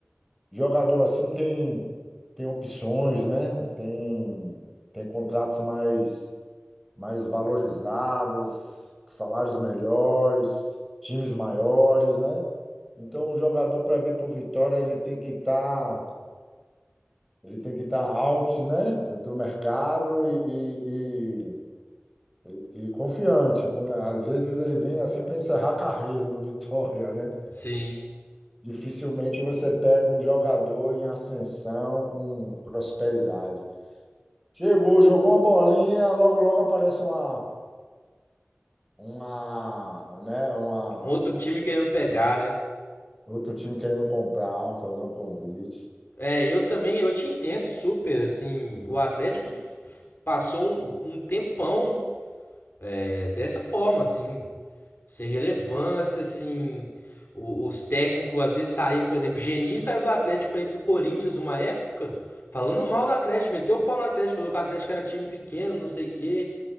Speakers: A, in the centre; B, on the left.
A: jogador assim tem, tem opções, né? Tem, tem contratos mais mais valorizados, salários melhores, times maiores, né? Então, um jogador para vir para o Vitória, ele tem que estar, ele tem que estar out, né, do mercado e, e, e- e confiante. Às vezes ele vem assim para encerrar a carreira no Vitória, né?
B: Sim.
A: Dificilmente você pega um jogador em ascensão com prosperidade. Chegou, jogou uma bolinha, logo logo aparece uma uma, né, uma
B: Um Outro time querendo pegar, né?
A: Outro time querendo comprar, fazer um convite.
B: É, eu também, eu te entendo super, assim, o Atlético f- passou um, um tempão é, dessa forma, assim, sem relevância, assim, o- os técnicos às vezes saíam, por exemplo, Geninho saiu do Atlético para ir pro Corinthians uma época, falando mal do Atlético, meteu o pau no Atlético, falou que o Atlético era time pequeno, não sei o quê,